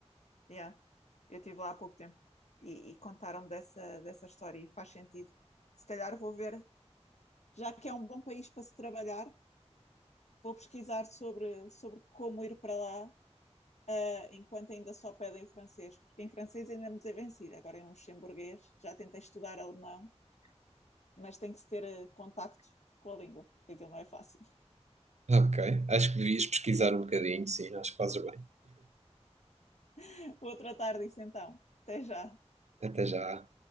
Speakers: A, on the left (about 75°); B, on the right (about 75°).
A: yeah. Eu estive lá há pouco tempo e, e contaram dessa, dessa história e faz sentido. Se calhar vou ver, já que é um bom país para se trabalhar, vou pesquisar sobre, sobre como ir para lá Uh, enquanto ainda só pedem o francês, porque em francês ainda me desenvencida, agora em luxemburguês, já tentei estudar alemão, mas tem que se ter uh, contacto com a língua, porque aquilo não é fácil.
B: Ok. Acho que devias pesquisar um bocadinho, sim. Acho que fazes bem.
A: <laughs> Vou tratar disso então. Até já.
B: Até já.